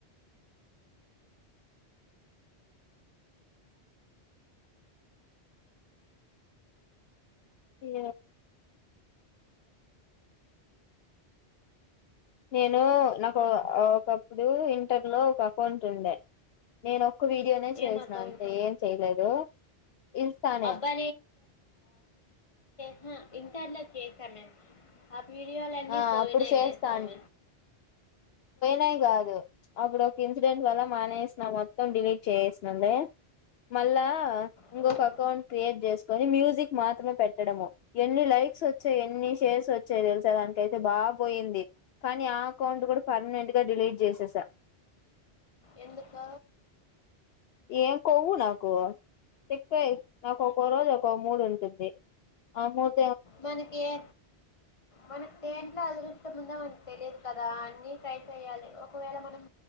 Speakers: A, on the left; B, on the left.
A: ఏ నేను నాకు ఒకప్పుడు ఇంటర్ లో ఒక అకౌంట్ ఉండే నేను ఒ ఒక వీడియోనే చేసిన
B: ఏం అకౌంట్
A: అంతే ఏం చేయలేదు ఇన్స్ట్రానే
B: అబ్బా ఈ ఇంత నెగ్లెట్ చేసా మిస్ ఆ వీడియోలన్నీ
A: ఆ
B: పోయినయి
A: అప్పుడు చేస్తా
B: మిస్ కావ్
A: ఉన్నయి కాదు అప్పుడు ఒక ఇన్సిడెంట్ వల్ల మానేసినం మొత్తం డిలీట్ చేసుండే మళ్ళా ఇంకొక
B: హ్మ్.
A: అకౌంట్ క్రియేట్ చేసుకో ఈ మ్యూజిక్ మాత్రమే పెట్టడము ఎన్ని లైక్స్ ఒచ్చయి ఎన్ని షేర్స్ ఒచ్చయి తెలుసా దానికైతే బాగ్ పోయింది కానీ ఆ అకౌంట్ కూడా పర్మనెంట్ గా డిలీట్ చేసేసా
B: ఎందుక
A: ఏం కొవ్వు నాకు తిక్కే నాకు ఒకో రోజు ఒకో మూడు ఉంటుంది ఆ మూడు
B: మనకి ఏ మనకి దేంట్లో అదృ ష్టం ముందే మనకు తెలియదు కదా అన్ని ట్రై చెయాలి ఒకవేళ మనం